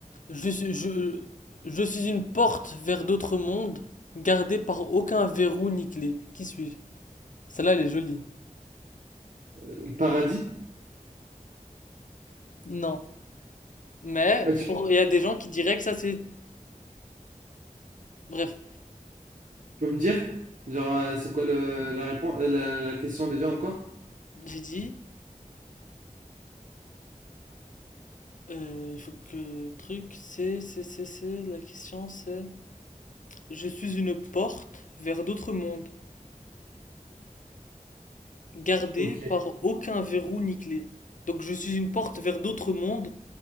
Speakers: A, on the left; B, on the right.
A: Je suis, je, je suis une porte vers d'autres mondes, gardée par aucun verrou ni clé. Qui suis-je? Celle-là, elle est jolie.
B: Euh, Le paradis.
A: Non. Mais,
B: Ah, tu
A: pour, il y a des gens qui diraient que ça, c'est, bref.
B: peux me dire? Genre, euh, c'est quoi le, la réponse, euh, la, la question déjà encore?
A: J'ai dit. Euh, il faut que truc, c'est, c'est, c'est, c'est, la question c'est... Je suis une porte vers d'autres mondes, gardée
B: Ok,
A: par aucun verrou ni clé. Donc je suis une porte vers d'autres mondes,